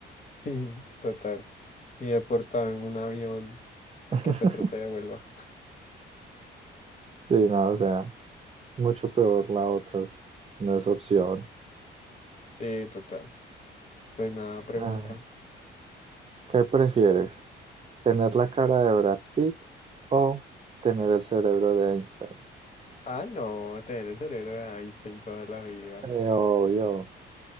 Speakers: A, on the left; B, on the right.
A: Sí, total. Y deportado en un avión y
B: <laughs>
A: que Petro te devuelva.
B: Sí, no, o sea, mucho peor la otra, no es opción.
A: Sí, total. Pues nada, pregunta.
B: A ver, ¿qué prefieres? ¿Tener la cara de Brad Pitt o tener el cerebro de Einstein?
A: Ah, no, tener el cerebro de Einstein toda la vida.
B: Sí, obvio,